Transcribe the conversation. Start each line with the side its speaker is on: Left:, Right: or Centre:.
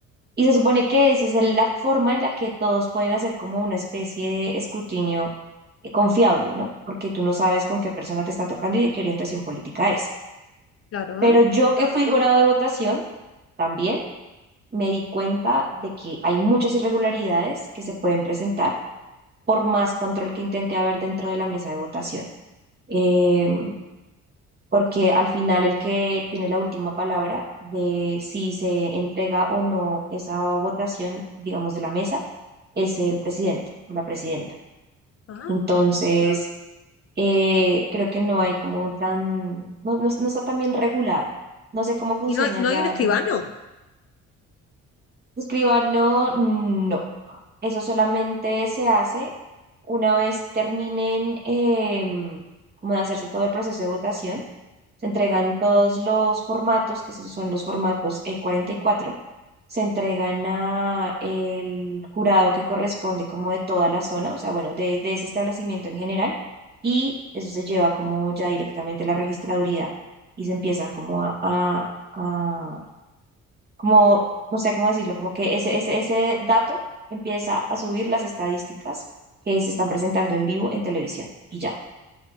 Right: Y se supone que esa es el- la forma en la que todos pueden hacer como una especie de escrutinio eh, confiable, ¿no? Porque tú no sabes con qué persona te está tocando y de qué orientación política es.
Left: claro.
Right: Pero yo que fui Exacto. jurado de votación, también me di cuenta de que hay muchas irregularidades que se pueden presentar por más control que intente haber dentro de la mesa de votación. Em, porque al final el que tiene la última palabra de si se entrega o no esa votación, digamos, de la mesa, es el presidente, la presidenta.
Left: Ah.
Right: Entonces, eh, creo que no hay como tan, no, no, no está tan bien regulado. No sé cómo funciona
Left: ¿Y no hay, no
Right: ya
Left: hay un escribano?
Right: en... Escriba, no, no. Eso solamente se hace una vez terminen em, como de hacerse todo el proceso de votación. Se entregan todos los formatos, que sí son los formatos eh, cuarenta y cuatro se entregan a el jurado que corresponde como de toda la zona, o sea, bueno, de, de ese establecimiento en general, y eso se lleva como ya directamente a la registraduría y se empiezan como a, a, como, no sé cómo decirlo, como que ese, ese, ese dato empieza a subir las estadísticas que se están presentando en vivo en televisión y ya.